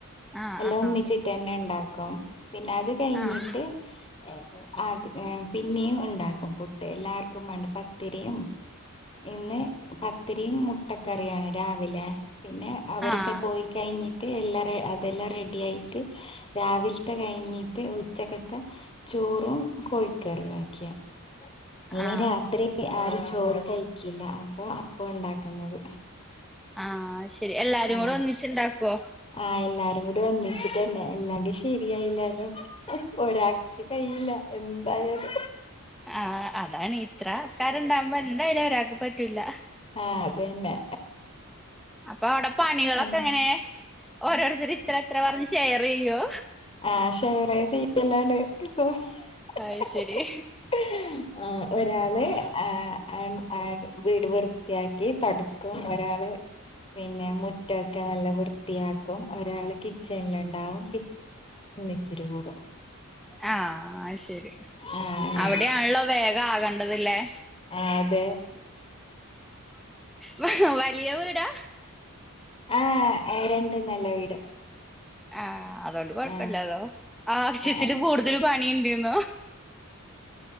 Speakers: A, in the centre; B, on the left (about 25°).
A: ആഹ്
B: എല്ലാം ഒന്നിച്ചിട്ട്
A: ആഹ്
B: തന്നെ ഉണ്ടാക്കും പിന്നെ അത് കഴിഞ്ഞിട്ട്
A: ആഹ്
B: ഏ അത് പിന്നെയും ഉണ്ടാക്കും ഫുഡ് എല്ലാവർക്കും വേണ്ട പത്തിരിയും ഇന്ന് പത്തിരിയും മുട്ടക്കറിയാണ് രാവിലെ പിന്നെ അവരൊക്കെ
A: ആഹ്
B: പോയി കഴിഞ്ഞി ട്ട് എല്ലാരേം അതെല്ലാം റെഡിയായിട്ട് രാവിൽത്ത കഴിഞ്ഞിട്ട് ഉച്ചക്കത്ത ചോ ചോറും കോഴിക്കറിം വെക്കും ഇനി
A: ആഹ്
B: രാത്രി ആരും ചോ ചോറ് കഴിക്കില്ല അപ്പൊ അപ്പം ഉണ്ടാക്കുന്നത്
A: ആഹ് അത്ശെരി എല്ലാരും
B: ആ
A: കൂടെ ഒന്നിച്ചുണ്ടാക്കുവോ
B: ആ <unintelligible> കൂടി ഒന്നിച്ചിട്ടന്നെ എല്ലാർടെയും ശെരിയായില്ലാരോ ഒരാക്ക് കഴിയില്ല എന്തായാലും
A: ആഹ് അതാണ് ഇത്ര ആൾക്കരുണ്ടാവുമ്പോ എന്തായാലും ഒരാക്ക് പറ്റൂല്ല
B: ആഹ് അതന്നെ
A: അപ്പൊ അവിടെ പണികളൊക്കെ
B: ഉം
A: എങ്ങനെ ഓരോരുത്തര് ഇത്ര ഇത്ര പറഞ്ഞ് ഷെയറെയ്യോ
B: ആഹ് ഷെയറേ <unintelligible>
A: അത് ശരി
B: ആ ഒരാള് ആ ആൻ ആൻ വീട് വൃത്തിയാക്കി തൊടക്കും ഒരാള് പിന്നെ മുറ്റൊക്കെ നല്ല വൃത്തിയാക്കും ഒരാള് കിച്ചണിലുണ്ടാവും ഇച്ചിരി കൂടും
A: ആഹ് ശെരി
B: ആ അങ്ങനെ
A: അവിടെയാണല്ലോ വേഗം ആകണ്ടത് ഇല്ലേ
B: ആ അതെ
A: വ വലിയ വീടാ
B: ആഹ് രണ്ടും നല്ല വീട്
A: ആഹ് അതോണ്ട് കൊഴപ്പില്ല
B: ആ
A: അതോ ആവശ്യത്തില്
B: ആ
A: കൂടുതൽ പണിയുണ്ട്ന്നോ